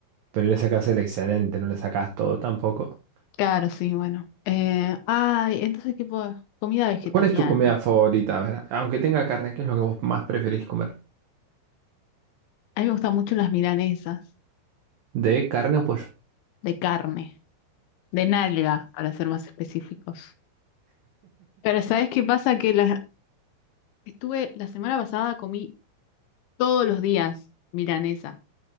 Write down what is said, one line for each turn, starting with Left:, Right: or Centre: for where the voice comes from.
Right: pero le sacás el excedente, no le sacás todo tampoco.
Left: Claro, sí, bueno. Eh, ay, entonces tipo de comida vegetariana.
Right: ¿Cuál es tu comida favorita? A ver, aunque tenga carne, ¿qué es lo que vos más preferís comer?
Left: A mí me gustan mucho las milanesas
Right: ¿De carne o pollo?
Left: de carne, de nalga, para ser más específicos. Pero ¿sabes qué pasa? Que la, estuve la semana pasada comí todos los días milanesa,